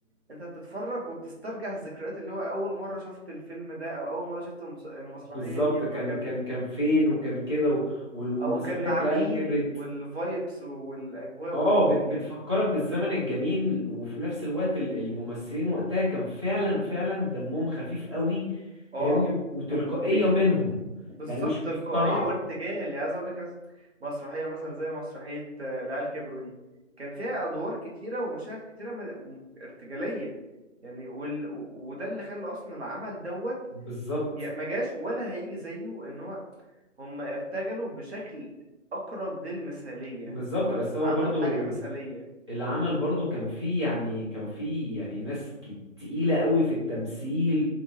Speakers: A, on the right; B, on the right.
A: انت بتتفرج وبتسترجع الذكريات اللي هو اول مره شفت الفيلم ده او اول مره شفت المس... المسرحيه
B: بالظبط
A: ديت
B: كان
A: وهكذا
B: كان كان فين وكان كده و- وال- ومسرحية
A: او كان مع
B: العيال
A: مين
B: كبرت
A: والفايبس والاجواء
B: اه
A: والدنيا
B: بت بتفكرك بالزمن الجميل وفي نفس الوقت ال- الممثلين وقتها كان فعلا فعلا دمهم خفيف قوي
A: اه
B: فاهمني وتلقائية
A: آه، وبي...
B: منهم
A: وبالظبط
B: يعني مش مصطنعة
A: تلقائيه وارتجال يعني عايز اقول لك مثلا مسرحيه مثلا زي مسرحيه آه، العيال كبروا دي كان فيها ادوار كتيره ومشاهد كتيره م... ارتجاليه يعني وال... وده اللي خلى اصلا العمل دوت
B: بالظبط
A: يعني ما جاش ولا هيجي زيه ان هو هم ارتجلوا بشكل اقرب للمثالية
B: بالظبط
A: هو
B: بس هو
A: عمل
B: برضو
A: حاجة مثالية
B: العمل برضو كان فيه يعني كان فيه يعني ناس كت- تقيلة قوي في التمثيل